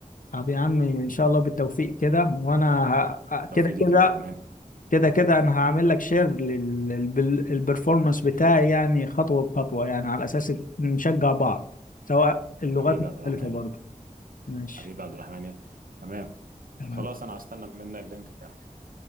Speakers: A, on the left; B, on the right.
A: طب يا عمي ان شاء الله بالتوفيق كده وانا
B: والتوفيق
A: ه... كده
B: ليك
A: كده
B: انت كمان
A: كده كده انا هعمل لك شير للبرفورمانس بتاعي يعني خطوة بخطوة يعني على اساس نشجع بعض سواء اللغات
B: حبيبي
A: مختلفة
B: يا عبد الرحمن
A: برضه ماشي
B: حبيبي عبد الرحمن يا- تمام
A: تمام
B: خلاص انا هستنى منك اللينك بتاعك